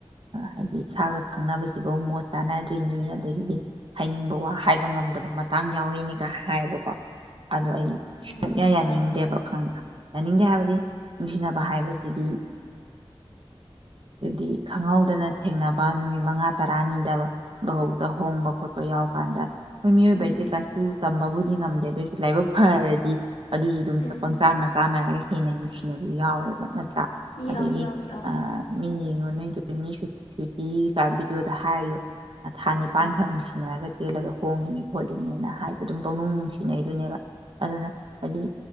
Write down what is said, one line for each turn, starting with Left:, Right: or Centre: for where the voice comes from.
Right: ꯍꯥꯏꯗꯤ ꯏꯁꯥꯒ ꯈꯪꯅꯕꯁꯤꯐꯧ ꯃꯣꯠ ꯆꯥꯟꯅꯗꯣꯏꯅꯤ ꯑꯗꯒꯤꯗꯤ ꯍꯥꯏꯅꯤꯡꯕ ꯋꯥ ꯍꯥꯏꯕ ꯉꯝꯗꯕ ꯃꯇꯥꯡ ꯌꯥꯎꯔꯤꯅꯤꯒ ꯍꯥꯏꯌꯦꯕꯀꯣ ꯑꯗꯣ ꯑꯩ ꯁꯣꯛꯅ
Left: ꯎꯝ ꯎꯝ
Right: ꯌꯥꯅꯤꯡꯗꯦꯕ
Left: ꯃꯥꯅꯦ
Right: ꯈꯪꯕ꯭ꯔ ꯌꯥꯅꯤꯡꯗꯦ ꯍꯥꯏꯕꯗꯤ ꯅꯨꯡꯁꯤꯅꯕ ꯍꯥꯏꯕꯁꯤꯗꯤ ꯍꯥꯏꯗꯤ ꯈꯪꯍꯧꯗꯅ ꯊꯦꯡꯅꯕ ꯅꯨꯃꯤꯠ ꯃꯉꯥ ꯇꯔꯥꯅꯤꯗꯕ ꯧꯗ ꯍꯣꯡꯕ ꯈꯣꯠꯄ ꯌꯥꯎ ꯀꯥꯟꯗ ꯑꯩꯈꯣꯏ ꯃꯤꯑꯣꯏꯕ
Left: ꯎꯝ
Right: ꯍꯥꯏꯁꯦ ꯀꯩꯁꯨ ꯇꯝꯕꯕꯨ ꯗꯤ ꯉꯝꯗꯦ ꯑꯗꯨ ꯑꯣꯏꯁꯨ ꯂꯥꯏꯕꯛ ꯐꯔꯗꯤ ꯑꯗꯨꯁꯨ ꯑꯗꯨꯝ ꯆꯄꯪ
Left: ꯎꯝ
Right: <unintelligible> ꯍꯦꯟꯅ ꯅꯨꯡꯁꯤꯅꯕ ꯌꯥꯎꯋꯦꯕ ꯅꯠꯇ꯭ꯔꯥ ꯑꯗꯒꯤ
Left: ꯌꯥꯎꯋꯤ ꯌꯥꯎꯋꯤ ꯌꯥꯎꯋꯤ ꯎꯝ
Right: ꯃꯤ ꯌꯦꯡꯉꯣ ꯅꯣꯏ__ <unintelligible> ꯚꯤꯗꯤꯑꯣꯗ ꯍꯥꯏꯔꯤꯌꯨ ꯊꯥ ꯅꯤꯄꯥꯟꯈꯛ
Left: ꯎꯝ
Right: ꯅꯨꯡꯁꯤꯅꯔꯒ ꯆꯦꯜꯂꯒ ꯍꯣꯡꯉꯤꯅꯤ ꯈꯣꯠꯂꯤꯅꯦꯅ ꯍꯥꯏꯕꯗꯣ ꯑꯗꯨꯝ ꯄꯪꯅꯨꯡ ꯅꯨꯡꯁꯤꯅꯩꯗꯨꯅꯦꯕ ꯑꯗꯨꯅ ꯍꯥꯏꯗꯤ